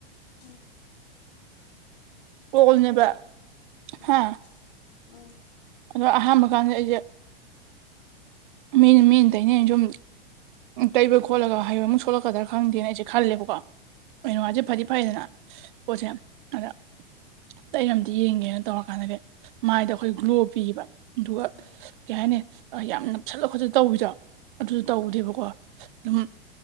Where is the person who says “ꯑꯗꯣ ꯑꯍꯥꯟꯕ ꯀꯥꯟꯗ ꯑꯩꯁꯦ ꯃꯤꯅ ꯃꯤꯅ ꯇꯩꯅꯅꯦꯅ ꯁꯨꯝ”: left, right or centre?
Right